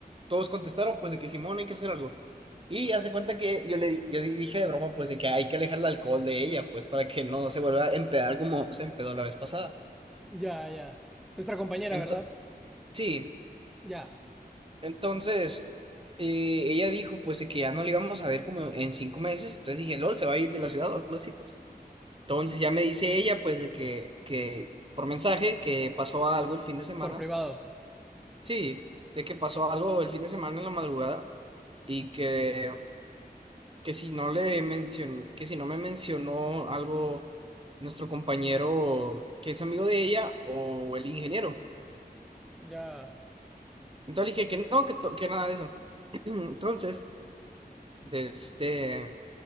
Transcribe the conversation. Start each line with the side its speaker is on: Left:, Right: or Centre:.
Right: todos contestaron, pues, de que Simón hay que hacer algo. Y hace cuenta que yo le di- yo di- dije de broma, pues, de que hay que alejar el alcohol de ella, pues, para que no se vuelva a empedar como se empedó la vez pasada.
Centre: Ya, ya. Nuestra compañera,
Right: Ento-
Centre: ¿verdad?
Right: sí,
Centre: Ya.
Right: entonces, eh, ella dijo, pues, de que ya no le íbamos a ver como en cinco meses. Entonces dije, LOL, se va a ir de la ciudad o algo así, pues. Entonces ya me dice ella, pues, de que, que por mensaje, que pasó algo el fin de semana
Centre: Por privado.
Right: Sí, de que pasó algo el fin de semana en la madrugada y que, que si no le mencionó, que si no me mencionó algo nuestro compañero que es amigo de ella o el ingeniero.
Centre: Ya.
Right: Entonces le dije que no, que, to- que nada de eso. <clears throat> Entonces, de este,